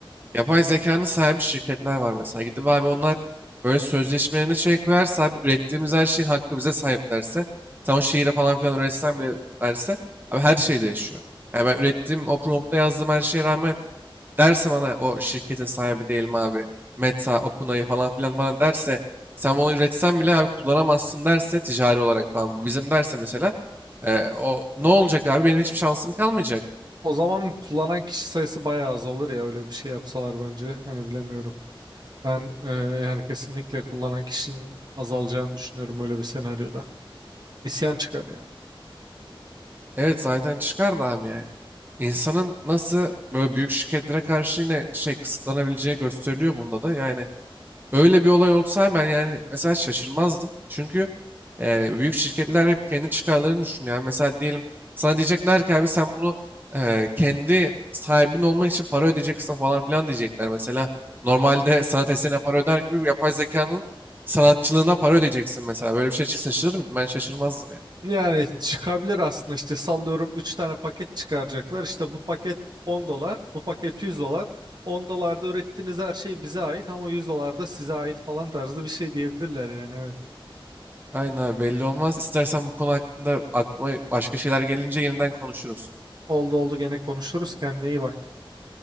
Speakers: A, on the right (about 20°); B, on the right (about 50°).
A: yapay zekanın sahibi şirketler var mesela gidip abi onlar böyle sözleşmelerine şey koyarsa abi ürettiğimiz her şeyin hakkı bize sahip derse sen o şiiri falan filan üretsen bile derse abi her şey değişiyor. Yani ben ürettiğim o prompta yazdığım her şeye rağmen derse bana o şirketin sahibi diyelim abi Meta, OpenAI falan filan bana derse sen onu üretsen bile abi kullanamazsın derse ticari olarak falan bu bizim derse mesela e, o ne olacak abi
B: O,
A: benim hiçbir şansım kalmayacak.
B: o zaman kullanan kişi sayısı bayağı azalır ya öyle bir şey yapsalar bence. Hani bilemiyorum. Ben e, yani kesinlikle kullanan kişinin azalacağını düşünüyorum öyle bir senaryoda. İsyan çıkar yani.
A: Evet zaten çıkar da abi yani. İnsanın nasıl böyle büyük şirketlere karşı yine şey kısıtlanabileceği gösteriliyor bunda da yani Öyle bir olay olsa ben yani mesela şaşırmazdım. Çünkü yani büyük şirketler hep kendi çıkarlarını düşünüyor. Yani Mesela diyelim sana diyecekler ki abi sen bunu e, kendi sahibin olmak için para ödeyeceksin falan filan diyecekler. Mesela normalde sanat eserine para öder gibi yapay zekanın sanatçılığına para ödeyeceksin mesela. Böyle bir şey çıksa şaşırır mıydım? Ben şaşırmazdım yani.
B: Yani çıkabilir aslında işte sallıyorum 3 tane paket çıkaracaklar. İşte bu paket 10 dolar, bu paket 100 dolar. 10 dolarda ürettiğiniz her şey bize ait ama 100 dolar da size ait falan tarzı bir şey diyebilirler yani evet.
A: Aynen abi, belli olmaz. İstersen bu konu hakkında aklıma başka şeyler gelince yeniden konuşuruz.
B: Oldu oldu gene konuşuruz kendine iyi bak.